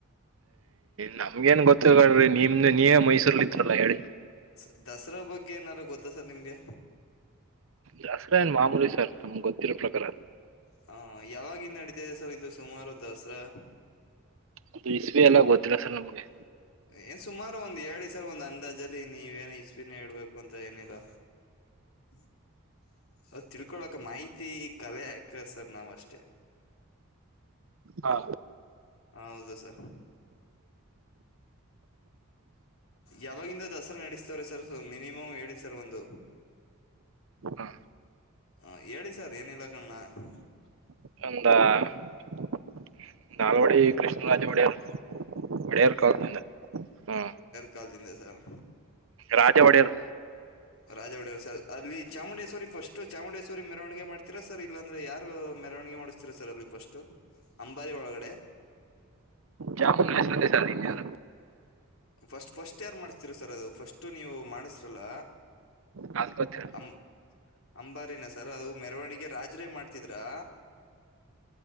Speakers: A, on the right; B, on the left.
A: ನಮ್ಗ ನ್ ಗೊತ್ತಿ <unintelligible> ನೀ <unintelligible> ಹೇಳಿ
B: ಸ- ದಸರಾ ಬಗ್ಗೆ ಏನಾರು <unintelligible> ಗೊತ್ತಾ ಸರ್ ನಿಮ್ಗೆ
A: ದಸರ ಏನ್ ಮಾಮೂಲಿ ಸರ್ ನಮ್ಗೆ ಗೊತ್ತಿರೋ ಪ್ರಕಾರ
B: ಹಾ ಯಾವಾಗಿಂದ ನಡತ ಇದೆ ಸರ್ ಇದು ಸುಮಾರು ದಸರಾ
A: ಅದು ಇಸ್ವಿ ಎಲ್ಲ ಗೊತ್ತಿಲ್ಲ ಸರ್ ನಮ್ಗೆ
B: ಏನ್ ಸುಮಾರು ಒಂದ್ ಹೇಳಿ ಸರ್ ಒಂದ್ ಅಂದಾಜಲ್ಲಿ ನೀವೇನು ಇಸ್ವಿನ ಹೇಳ್ಬೇಕು ಅಂತ ಏನಿಲ್ಲ <unintelligible> ತಿಳ್ಕೊಳಕ ಮಾಹಿತಿ ಕಲೆ ಯಾಕ ಸರ್ ನಾವ ಅಷ್ಟೇ
A: ಹಾ
B: ಹ ಹೌದು ಸರ್ ಯಾವಾಗಿಂದ ದಸರಾ ನಡೆಸ್ತವ್ರ ಸರ್ ಮಿನಿಮಮ್ ಹೇಳಿ ಸರ್ ಒಂದು
A: ಹಾ
B: ಹ ಹೇಳಿ ಸರ್ ಏನಿಲ್ಲ ಕಣ್ಣ <unintelligible>
A: <unintelligible> ನಾಳ್ವಡಿ ಕೃಷ್ಣರಾಜ ಹೊಡೆಯುರ್ ಹೊಡೆಯವರ್ ಕಂದ ಹ್ಮ
B: ಚಾರ್ಜ್ ಇಲ್ಲ ಸರ್
A: ರಾಜ ಒಡೆಯರು
B: ರಾಜ ಒಡೆಯವರು ಸರ್ ಅಲ್ಲಿ ಚಾಮುಂಡೇಶ್ವರಿ ಫಸ್ಟು ಚಾಮುಂಡೇಶ್ವರಿ ಮೆರವಣಿಗೆ ಮಾಡ್ತೀರಾ ಸರ್ ಇಲ್ಲಾಂದ್ರೆ ಯಾರು ಮೆರವಣಿಗೆ ಮಾಡಿಸ್ತಿರಾ ಸರ್ ಅಲ್ಲಿ ಫಸ್ಟ್ಟ್ ಅಂಬಾರಿ ಒಳಗಡೆ
A: ಜಾಮೂನ್ ಹೆಸರಿದೆ ಸರ್ ಇನ್ಯಾರು
B: ಫಸ್ಟ್ ಫಸ್ಟ್ ಯಾರ್ ಮಾಡಿಸುತ್ತೀರಾ ಸರ್ ಅದು ಫಸ್ಟ್ ನೀವು ಮಾಡಿಸ್ರಲ್ಲ
A: ನಾಲ್ಕ್ ಕ್ಕೆ
B: ಅಂ ಅಂಬಾರಿನ ಸರ್ ಅದು ಮೆರವಣಿಗೆ ರಾಜ್ರೇ ಮಾಡ್ತಿದ್ರಾ